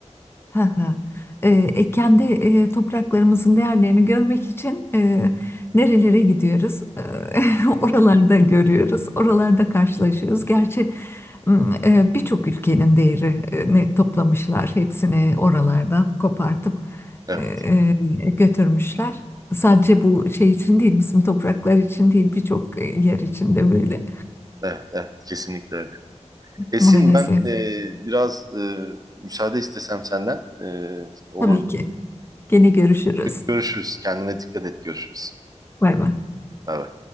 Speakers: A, on the left; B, on the right.
A: Hı hı. Ee, e, kendi e, topraklarımızın değerlerini görmek için e, nerelere gidiyoruz? Ee, <laughs> oralarda görüyoruz, oralarda karşılaşıyoruz. Gerçi m, e, birçok ülkenin değerini toplamışlar, hepsini oralardan kopartıp
B: Evet,
A: e, e, götürmüşler. Sadece bu şey için değil, bizim topraklar için değil, birçok yer için de böyle
B: evet, evet. Kesinlikle öyle. Esin
A: maalesef.
B: ben e, biraz e, müsaade istesem senden e, olur.
A: Tabii ki. Gene görüşürüz.
B: Görüşürüz. Kendine dikkat et. Görüşürüz.
A: Bay bay.
B: Evet.